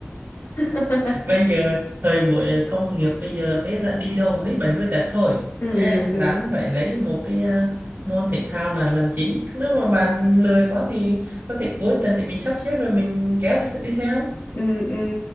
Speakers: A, on the left; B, on the right.
A: <laughs>
B: bây giờ thời buổi công nghiệp bây giờ thế là đi đâu cũng thấy bệnh với tật thôi
A: ừ
B: Ê,
A: đúng đúng
B: ráng phải lấy một cái à, môn thể thao là làm chính nếu mà bạn lười quá thì có thể cuối tuần để mình sắp xếp rồi mình kéo đi theo
A: ừ ừ